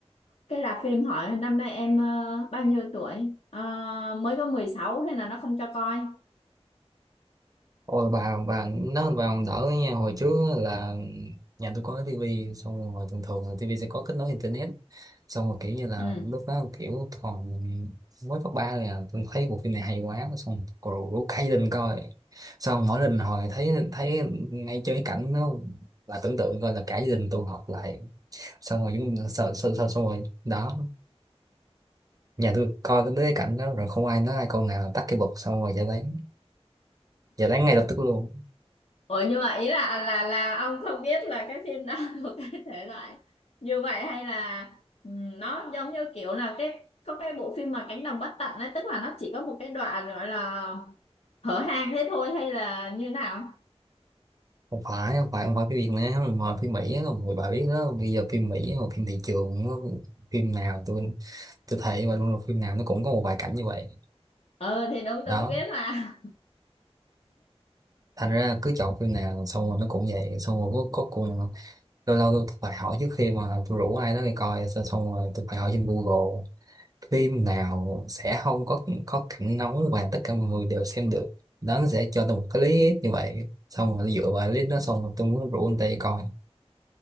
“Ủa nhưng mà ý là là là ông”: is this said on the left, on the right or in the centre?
Left